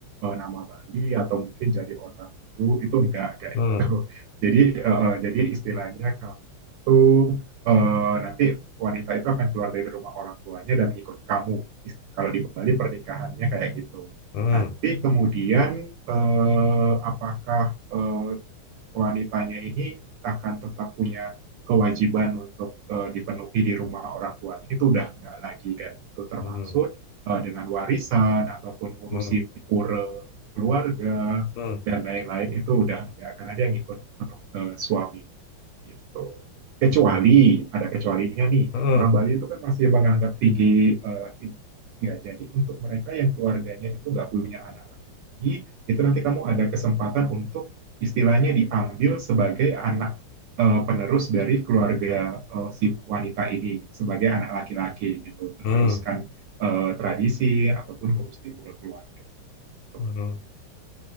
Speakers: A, on the right (about 70°); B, on the left (about 75°).
A: eh, nama Bali atau mungkin jadi orang itu itu enggak kayak
B: hmm,
A: gitu. <laughs> Jadi eh, jadi istilahnya kamu tuh eh, nanti wanita itu akan keluar dari rumah orang tuanya dan ngikut kamu. Kalau di Bali pernikahannya kayak gitu.
B: hmm,
A: Nanti kemudian eh, apakah eh, wanitanya ini akan tetap punya kewajiban untuk eh, dipenuhi di rumah orang tuanya itu udah nggak lagi kayak gitu termaksud
B: hmm,
A: eh, dengan warisan ataupun ngurusi
B: hmm, hmm,
A: pura keluarga
B: hmm,
A: dan lain-lain itu udah nggak karena dia ngikut penuh eh, suami gitu. Kecuali
B: hmm, hmm,
A: ada kecualinya nih,
B: hmm,
A: orang
B: hmm.
A: Bali itu kan masih menganggap tinggi eh, laki-laki. Ya, jadi untuk mereka yang keluarganya itu nggak punya anak laki-laki, itu nanti kamu ada kesempatan untuk istilahnya diambil sebagai anak eh, penerus dari keluarga eh, si wanita ini sebagai anak laki-laki gitu, meneruskan
B: hmm,
A: eh, tradisi ataupun ngurusin keluarga. Gitu.
B: hmm.